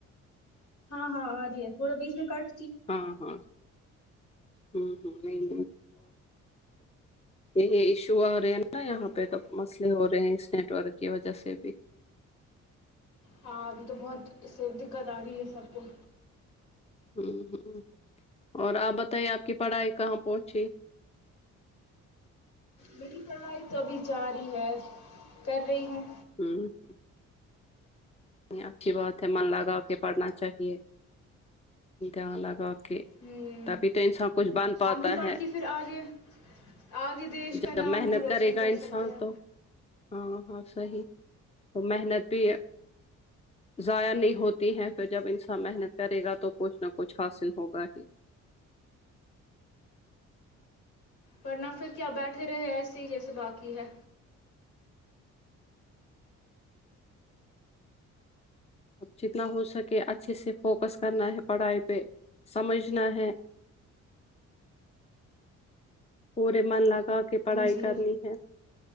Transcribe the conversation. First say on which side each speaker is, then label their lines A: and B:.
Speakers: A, on the left; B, on the left.
A: ہاں ہاں آ رہی ہے تھوڑا بیچ میں کٹ
B: ہاں ہاں ہ ہ نہیں یے ایشو آ رہے ہیں نا یہاں پے تو مسلے ہو رہے ہیں اس نیٹ ورک کی وجہ سے بھی
A: ہاں ابھی تو بہت اس سے دکت آ رہی ہے سب کو
B: آمہم اور آپ بتائیے آپ کی پڑھائی کہاں پہنچی
A: میری پڑھائی تو ابھی جاری ہے پڑری ہوں
B: ہمم اچھی بات ہے من لگا کے پڑھنا چاہیے دھیان لگا کے
A: ہ
B: تبھی تو انسان کچھ بن پاتا
A: ہم ہی پڑھ
B: ہے
A: کے پھر آگے آگے دیش کا
B: جب
A: نام
B: محنت
A: ہم روشن
B: کرے گا
A: کر
B: انسان
A: سکتے ہیں
B: تو ہاں ہاں صحیح تو محنت بھی ضائع نہیں ہوتی ہے فیر جب انسان محنت کرے گا تو کچھ نہ کچھ حاصل ہوگا ہی
A: ورنہ فیر کیا بیٹھے رہے ایسے ہی جیسے باکی ہے
B: جتنا ہو سکے اچھے سے فوکس کرنا ہے پڑھائی پے سمجھنا ہے پورے من لگا کے پڑھائی
A: جی
B: کرنی ہے